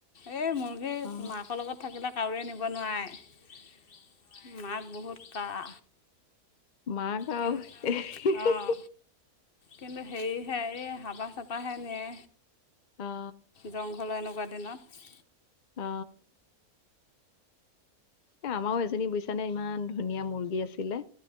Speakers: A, on the left; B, on the left.
A: এই মুৰ্গীৰ
B: অ
A: মাৰ থাকিলে কাউৰীয়ে নিব নোৱাৰে। মাক বহুত কাৰা।
B: মাক
A: কিন্তু
B: আও <unintelligible>
A: অঁ কিন্তু হেৰিহে এই হাবা-চাপাহে নিয়ে।
B: অ
A: জংঘল এনেকুৱা দিনত।
B: অ। এ আমাৰও এজনী বুইছানে ইমান ধুনীয়া মুৰ্গী আছিলে